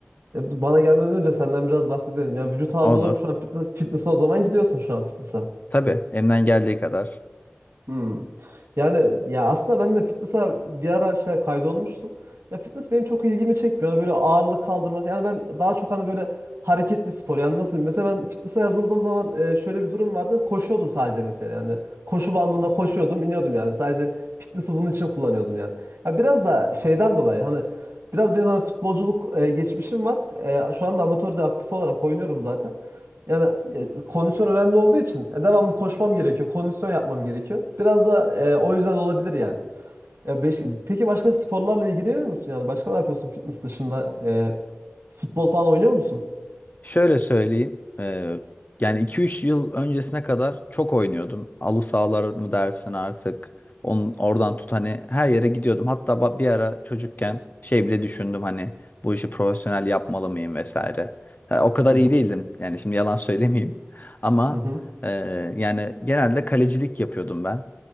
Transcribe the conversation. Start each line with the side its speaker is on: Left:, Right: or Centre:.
Right: Ya, bana gelmeden önce senden biraz bahsedelim. Ya vücut ağırlığı
Left: Olur.
Right: olarak şu an fitness, fitness'a o zaman gidiyorsun şu an fitness'a.
Left: Tabii elimden geldiği kadar.
Right: Hmm. Yani ya aslında ben de fitness'a bir ara şey kaydolmuştum. Ya fitness benim çok ilgimi çekmiyor. Yani böyle ağırlık kaldırmak. Yani ben daha çok hani böyle hareketli spor. Yani nasıl mesela ben fitness'a yazıldığım zaman e, şöyle bir durum vardı. Koşuyordum sadece mesela yani. Koşu bandında koşuyordum, iniyordum yani. Sadece fitness'ı bunun için kullanıyordum yani. Ya biraz da şeyden dolayı hani biraz benim hani futbolculuk e, geçmişim var. E, şu anda amatörde aktif olarak oynuyorum zaten. Yani e, kondisyon önemli olduğu için e, devamlı koşmam gerekiyor. Kondisyon yapmam gerekiyor. Biraz da e, o yüzden olabilir yani. Ya beş-
Left: Hı.
Right: peki başka sporlarla ilgileniyor musun? Yani başka ne yapıyorsun fitness dışında? E, futbol falan oynuyor musun?
Left: Şöyle söyleyeyim. eee, yani iki üç yıl öncesine kadar çok oynuyordum. Halı sahalar mı dersin artık. Onun, oradan tut hani her yere gidiyordum. Hatta ba- bir ara çocukken şey bile düşündüm hani bu işi profesyonel yapmalı mıyım vesaire. Ha, o kadar
Right: Hı hı.
Left: iyi değildim. Yani şimdi yalan <laughs> söylemeyeyim. Ama
Right: Hı hı.
Left: eee, yani genelde kalecilik yapıyordum ben.